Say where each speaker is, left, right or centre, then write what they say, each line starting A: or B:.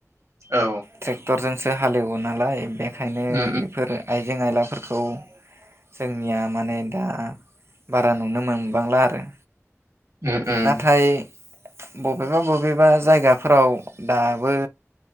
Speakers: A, on the right; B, on the right.
A: औ
B: ट्रेक्टरजों सो हालेवो नालाय बे खायनो
A: उम
B: बेफोर आइजें आइलाफोर खौ जोंनिया माने दा बारा नुनो मोनबांला आरो।
A: उम उम
B: नाथाय बबेबा बबेबा जायगाफोराव दाबो